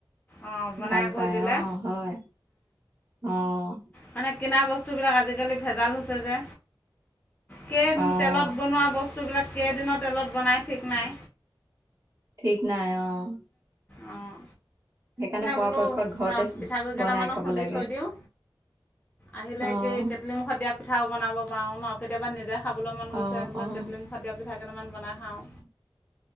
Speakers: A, on the left; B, on the right.
A: অঁ বনাই
B: ভাল
A: কৰি
B: পাই
A: দিলে
B: অ' হয় অ'
A: মানে কিনা বস্তুবিলাক আজিকালি ভেজাল হৈছে যে। কেই
B: অ',
A: তেলত বনোৱা বস্তুবিলাক কেইদিনৰ তেলত বনাই ঠিক নাই।
B: ঠিক নাই অ'
A: অঁ
B: সেইকাৰণে পৰাপক্ষত
A: বোলো
B: ঘৰতে
A: ৰহ পিঠাগুড়ি কেইটামানো
B: বনাই খাব
A: খুন্দি
B: লাগে।
A: থৈ দিওঁ আহিলে
B: অ',
A: কি কেটলিমুখত দিয়া পিঠাও পাওঁ ন। কেতিয়াবা নিজে খাবলৈ মন গৈছে
B: অ',
A: বোলে
B: অ', অ',
A: কেটলিমুখত দিয়া। পিঠা কেইটাম বনাই খাওঁ।
B: <inaudible>